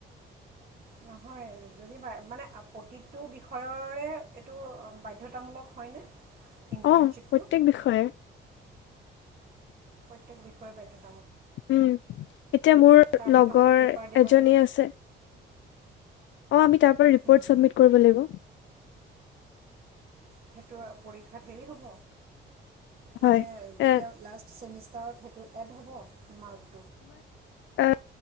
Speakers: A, on the right (about 50°); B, on the left (about 70°).
A: নহয়। যদি মানে প্ৰতিটো বিষয়ৰে এইটো বাধ্যয়তামূলক হয়নে? ইণ্টাৰ্ণশ্বিপটো
B: অ', প্ৰত্যেক বিষয়ে।
A: <inaudible>
B: উম, এতিয়া মোৰ
A: তাৰপৰা
B: লগৰ
A: তহঁতে পেপাৰ দিব
B: এজনী
A: লাগিব
B: আছে অ' আমি তাৰপৰা ৰিপৰ্ট
A: হুম,
B: চাবমিট কৰিব লাগিব।
A: সেইটো পৰীক্ষাত হেৰি হ'ব?
B: হয়
A: মানে যেতিয়া
B: এ
A: লাষ্ট চেমিষ্টাৰত সেইটো এড হ'ব, মাৰ্ক
B: ও,